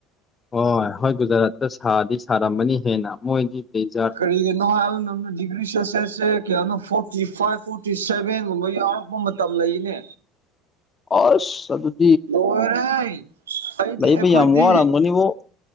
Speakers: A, on the left (about 25°); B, on the right (about 75°).
A: ꯍ ꯍꯣꯏ ꯒꯨꯖꯔꯥꯠꯇ ꯁꯥꯗꯤ ꯁꯥꯔꯝꯝꯕꯅꯤ ꯍꯦꯟꯅ ꯃꯣꯏꯗꯤ ꯗꯦꯖꯥꯔꯠ
B: ꯄꯔꯤ ꯅꯣ ꯍꯥꯜ ꯅꯅ ꯗꯤꯒ꯭ꯔꯤ ꯁꯣꯜꯁꯤꯌꯁꯦ ꯀꯌꯥꯅꯣ ꯐꯣꯔꯇꯤ ꯐꯥꯏꯚ ꯐꯣꯔꯇꯤ ꯁꯦꯚꯦꯟꯒꯨꯝꯕ ꯌꯥꯎꯔꯛꯄ ꯃꯇꯝ ꯂꯩꯅꯦ
A: ꯍ ꯆ <unintelligible> <inaudible>
B: ꯂ ꯑꯣꯏꯔ ꯑꯩꯗꯤ
A: ꯂꯩꯕ
B: ꯑꯩꯈꯣꯏꯗꯤ
A: ꯌꯥꯝ ꯋꯥꯔꯝꯒꯅꯤꯕꯣ